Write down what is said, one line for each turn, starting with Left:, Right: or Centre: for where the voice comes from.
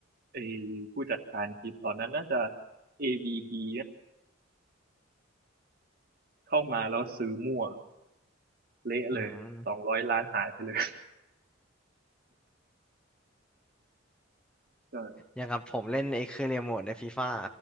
Right: ไอ้ผู้จัดการทีมตอนนั้นน่าจะ AVB เข้ามาแล้วซื้อมั่วเละเลยสองร้อยล้านหายไปเลย
Centre: อืม
Right: <laughs> ใช่
Centre: อย่างกับผมเล่นไอ้เครือเรียโมทในฟีฟ่า